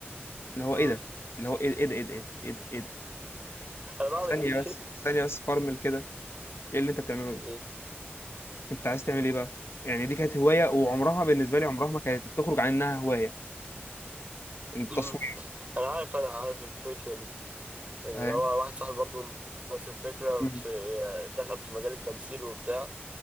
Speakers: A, on the left; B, on the right.
A: اللي هو
B: مم.
A: ايه ده اللي هو ايه ايه ده ايه ده ايه ده ايه ده إيه ده؟
B: انا بعمل
A: ثانيه
B: ايه
A: بس
B: <laughs>
A: ثانيه بس فرمل كده ايه اللي انت بتعمله ده
B: ايه
A: انت عايز تعمل ايه بقى يعني دي كانت هوايه وعمرها بالنسبه لي عمرها ما كانت تخرج عن انها هوايه التصوير
B: مم. انا عارف انا عارف الفكره دي اللي
A: فاهم
B: هو واحد صاحبي برضو نفس الفكره
A: مم.
B: في دخل في مجال التمثيل وبتاع